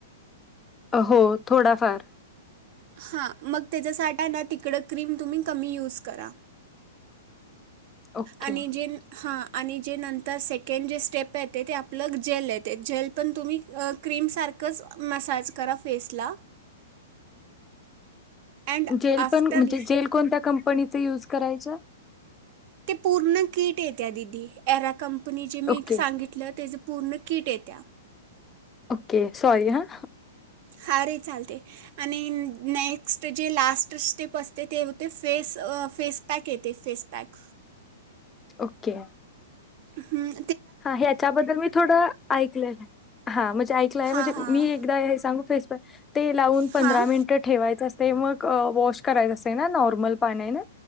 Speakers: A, on the left; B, on the right.
A: अहो थोडा फार.
B: हा मग त्याच्यासाठया ना तिकडं क्रीम तुम्ही कमी यूज करा.
A: ओके,
B: आणि जेन हां आणि जे नंतर सेकंड जे स्टेप येते ते आपलं जेल येते, जेल पण तुम्ही अ क्रीमसारखंच मसाज करा फेसला अँड
A: जेल
B: आफ्टर
A: पण म्हणजे जेल कोणत्या कंपनी युज करायचा.
B: ते पूर्ण किट येत्या दिदी ऐरा कं नीची मी
A: ओके.
B: सांगितलं त्याजा पूर्ण कीट येत्या.
A: ओके सॉरी हा.
B: हा रे चालते आणि नेक्स्ट जे लास्ट स्टेप असते ते होते फेस अ फेसपॅक येते फेसपॅक.
A: ओके.
B: हम्म.
A: हा ह्याच्याबद्दल मी थोडं ऐकलय हा म्हणजे ऐकलंय
B: हां
A: म्हणजे
B: हां
A: मी एकदा हे सांगु फेसपॅक ते लावून
B: हां
A: पंधरा मिनिटं ठेवायचं अस ते मग वॉश करायचं ना नॉर्मल पाण्याने